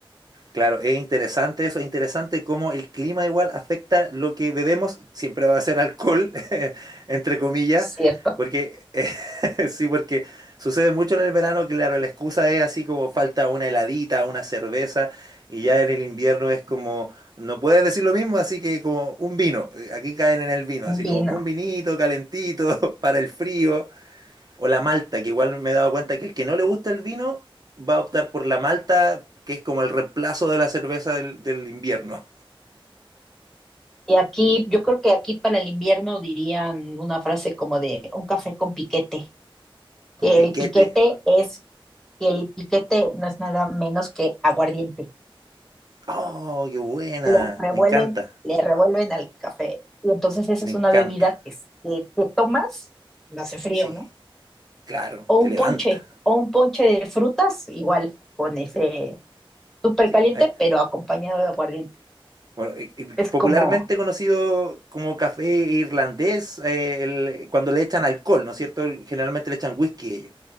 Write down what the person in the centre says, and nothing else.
¿cierto?
Un
vino.
Y aquí, yo creo que aquí para el invierno dirían una frase como de un café con piquete,
que
el piquete es, que el piquete no es nada menos que aguardiente.
Le revuelven,
le revuelven al café. Y entonces esa
es
una bebida que, s- que te tomas cuando hace frío,
¿no?
O
un
ponche, o un ponche de frutas, igual, con ese
súper
caliente,
pero acompañado de aguardiente.
Es
como,